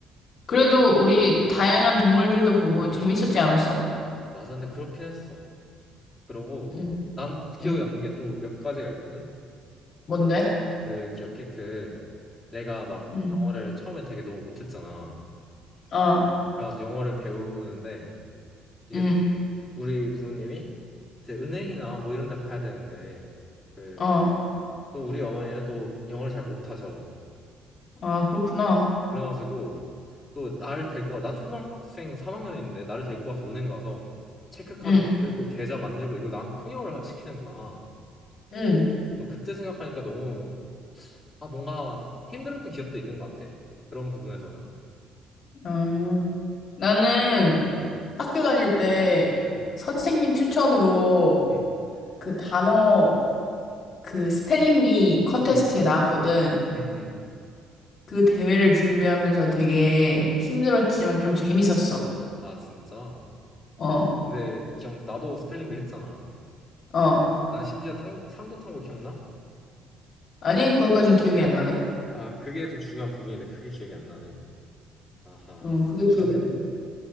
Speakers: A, on the left (about 55°); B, on the left (about 20°).
A: 그래도
B: 어,
A: 우리 다양한 동물들도 보고 재밌었지 않았어?
B: 맞아. 근데 그렇긴 했어. 그러고
A: 응,
B: 난 기억에
A: 응.
B: 남는 게 또 몇 가지가 있거든.
A: 뭔데?
B: 그 기억해? 그 내가 막
A: 응,
B: 영어를 처음에 되게 너무 못했잖아.
A: 어,
B: 그래가지고 영어를 배우는데 이게
A: 응,
B: 또 우리 부모님이 이제 은행이나 뭐 이런 데 가야 되는데 그
A: 어,
B: 또 우리 어머니는 또 영어를 잘 못하셔.
A: 아, 그렇구나.
B: 그래가지고 또 나를 데리고 와- 나 초등학생 3학년인데 나를 데리고 와서 은행 가서 체크카드
A: 응,
B: 만들고 계좌 만들고 이거 난 통역을 하- 시키는 거야.
A: 응,
B: 또 그때 생각하니까 너무 아, 뭔가 힘들었던 기억도 있는 것 같아. 그런 부분에서는.
A: 어. 나는
B: 음,
A: 학교 다닐 때
B: 음,
A: 선생님 추천으로
B: 음,
A: 그 단어 그 스펠링 비 컨테스트에
B: 음,
A: 나왔거든.
B: 음. 음.
A: 그 대회를 준비하면서 되게 힘들었지만 좀 재밌었어.
B: 아, 진짜.
A: 어,
B: 근데 기억나. 나도 스펠링비 했잖아.
A: 어.
B: 난 심지어 탕, 상도 탄 거 기억나?
A: 아니, 거기까진 기억이 안 나네.
B: 아, 그게 좀 중요한 부분인데 그게 기억이 안 나네. 아하.
A: 응, 그게 기억이
B: 그러면은.
A: 안 나.